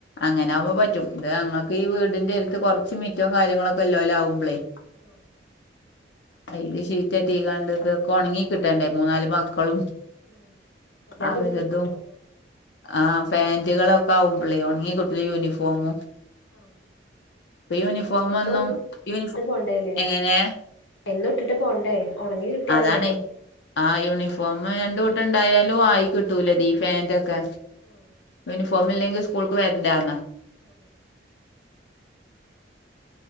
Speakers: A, on the left (about 70°); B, on the left (about 80°).
A: അങ്ങനൊവുമ്പോ പറ്റും ഇത് ഞങ്ങൾക്ക് ഈ വീടിന്റെ അടുത്ത് കുറച്ച് മിറ്റോ കാര്യങ്ങളൊക്കെല്ലോല ആവുമ്പളേ-
B: ആഹ്
A: അയില് ഷീറ്റട്ടി കണ്ട ഇത്ഒക്കെ ഉണങ്ങി കിട്ടണ്ടേ മൂന്നാല് മക്കളും
B: ഉം എല്ലാം
A: അവരതും
B: തൂക്കിയിട്ടാകും
A: ആഹ് പാൻറുകളൊക്കെ ആവും പള്ളിയു ഉണങ്ങി കുട്ടൽ യൂണിഫോമും-
B: ആഹ്
A: ഇപ്പൊ യൂണിഫോമൊന്നും
B: പോ എന്തും
A: യൂണിഫോ
B: വിട്ടിട്ട് പോണ്ടല്ലേ-
A: എങ്ങനെ
B: എന്ന ഇട്ടിട്ട് പോണ്ടേ ഉണങ്ങി കിട്ടിയാലല്ലേ
A: അതാണേ ആഹ് യൂണിഫോം രണ്ട് കൂട്ടം ഇണ്ടായാലും ആയി കിട്ടൂലതീ പാൻറ് ഒക്കെ
B: ആഹ്-
A: യൂണിഫോം ഇല്ലെങ്കിൽ സ്കൂൾക്ക് വരണ്ടന്ന-
B: ഉം ഉം.